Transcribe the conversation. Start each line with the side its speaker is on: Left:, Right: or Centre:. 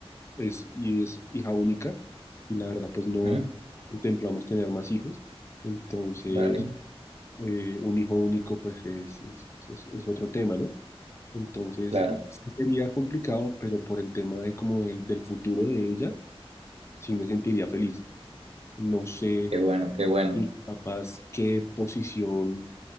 Left: es, y es hija única, y la verdad, pues no
Right: ujú,
Left: contemplamos tener más hijos. Entonces,
Right: vale,
Left: eh, un hijo único, pues es, es, es- es otro tema, ¿no? Entonces,
Right: claro,
Left: sí sería complicado, pero por el tema de como del, del futuro de ella, sí me sentiría feliz. No sé
Right: qué bueno, qué bueno.
Left: tus papás qué posición